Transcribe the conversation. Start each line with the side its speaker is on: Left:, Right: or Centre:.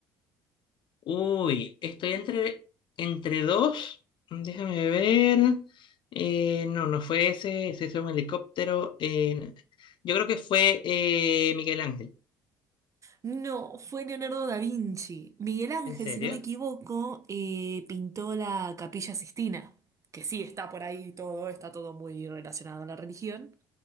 Left: Uy, estoy entre, entre dos. Déjame ver. Eh, no, no fue ese, ese fue un helicóptero. Eh, yo creo que fue eh, Miguel Ángel.
Right: No, fue Leonardo da Vinci. Miguel Ángel,
Left: ¿En serio?
Right: si no me equivoco, eh, pintó la Capilla Sistina, que sí está por ahí todo, está todo muy relacionado a la religión,